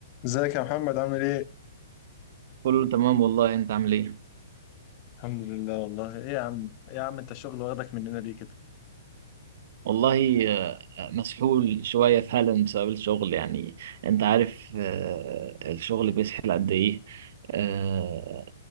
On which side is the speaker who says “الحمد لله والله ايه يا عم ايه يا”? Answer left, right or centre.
Left